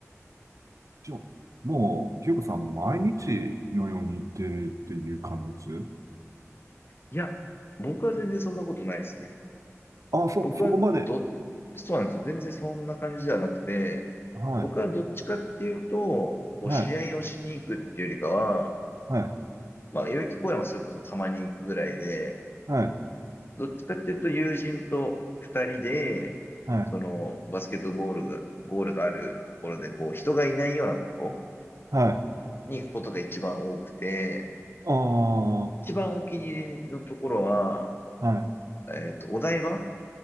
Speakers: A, on the right; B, on the left.
A: じゃあ、もう、清子さん、
B: うん、
A: 毎日のように行ってるっていう感じです
B: いや、僕は全然そんなことないですね。
A: あ、そ、
B: 僕はど、
A: そこまで。
B: そうなんですよ。全然そんな感じじゃなくて、
A: はい、
B: 僕はどっちかっていうと、こう試合をしに行くっていうよりかは、
A: はい、はい、
B: まあ、代々木公園はそれこそたまに行くぐらいで、
A: はい、
B: どっちかっていうと友人と二人で、
A: はい、
B: そのバスケットボールが、ゴールがあるところで、こう人がいないようなところ
A: はい。
B: に行くことが一番多くて、
A: ああ、
B: 一番お気に入りのところは、
A: はい、
B: えっと、お台場